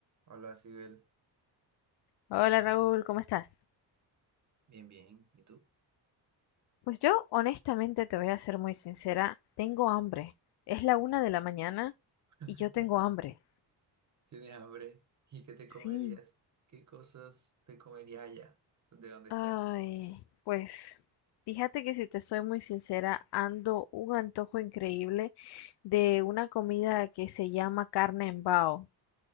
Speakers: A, on the right (about 40°); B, on the left (about 65°).
A: Hola, Sibel.
B: Hola Raúl, ¿cómo estás?
A: Bien, bien. ¿Y tú?
B: Pues yo honestamente te voy a ser muy sincera, tengo hambre. Es la una de la mañana
A: <laughs>
B: y yo tengo hambre.
A: ¿Tienes hambre? ¿Y qué te
B: Sí.
A: comerías? ¿Qué cosas te comerías allá? ¿De dónde
B: Ay,
A: estás?
B: pues fíjate que si te soy muy sincera, ando un antojo increíble de una comida que se llama carne en bao,